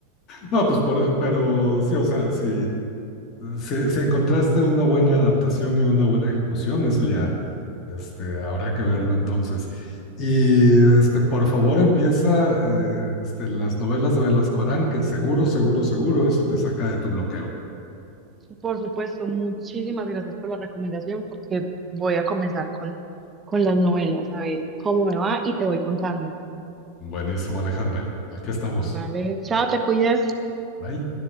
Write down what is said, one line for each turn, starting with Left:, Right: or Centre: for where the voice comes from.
Left: No, pues por- pero sí, o sea, si, si, si encontraste una buena adaptación y una buena ejecución, eso ya este, habrá que verlo entonces. Y este, por favor empieza eh, este, las novelas de Velasco Arán, que seguro, seguro, seguro eso te saca de tu bloqueo.
Right: Por supuesto, muchísimas gracias por la recomendación porque voy a comenzar con, con las novelas, a ver cómo me va y te voy contando.
Left: Buenísimo, Alejandra. Aquí estamos.
Right: Vale, chao, te cuidas.
Left: Bye.